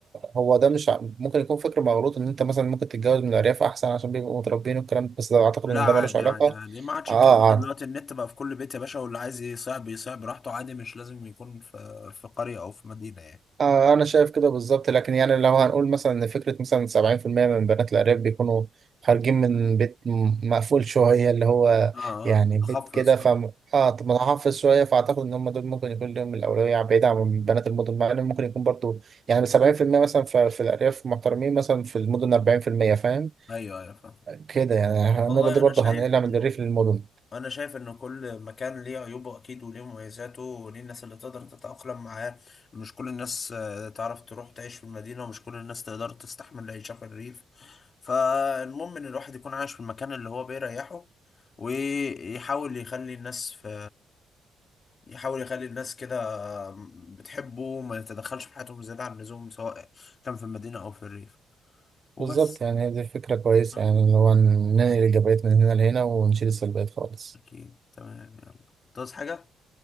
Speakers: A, on the right; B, on the left.
A: هو ده مش ع- ممكن يكون فكر مغلوط ان انت مثلا ممكن تتجوز من الارياف احسن عشان بيبقوا متربيين والكلام ده، بس ده اعتقد
B: لا
A: ان
B: عادي
A: ده ملوش علاقة
B: عادي عادي ما عادش
A: اه
B: الكلام ده دلوقتي النت بقى في كل بيت يا باشا واللي عايز يصيع بيصيع براحته عادي مش لازم يكون في في قرية أو في مدينة يعني
A: آه أنا شايف كده بالظبط لكن يعني لو هنقول مثلا إن فكرة مثلا سبعين في المية من بنات الأرياف بيكونوا خارجين من بيت م- مقفول شوية اللي هو
B: اه
A: يعني
B: اه متخصص
A: بيت كده
B: شوية
A: ف آه متحفظ شوية فأعتقد إن هم دول ممكن يكون لهم الأولوية بعيدا عن بنات المدن مع إن ممكن يكون برضو يعني سبعين في المية مثلا في, في الأرياف محترمين مثلا في المدن أربعين في المية فاهم
B: أيوه أيوه فاهم
A: كده يعني
B: والله
A: النقطة دي
B: أنا
A: برضو
B: شايف
A: هنقلها
B: إنه
A: من الريف للمدن
B: انا شايف ان كل مكان ليه عيوبه اكيد وليه مميزاته وليه الناس اللي تقدر تتأقلم معاه مش كل الناس آه، تعرف تروح تعيش في المدينة ومش كل الناس تقدر تستحمل العيشة في الريف فالمهم ان الواحد يكون عايش في المكان اللي هو بيريحه ويحاول يخلي الناس في يحاول يخلي الناس كده آه، بتحبه ما يتدخلش في حياتهم زيادة عن اللزوم سواء كان في المدينة او في الريف وبس
A: بالظبط يعني دي فكرة كويسة
B: آه،
A: يعني اللي هو ننقل الإيجابيات من هنا لهنا ونشيل السلبيات خالص
B: اكيد تمام يلا تعوز حاجة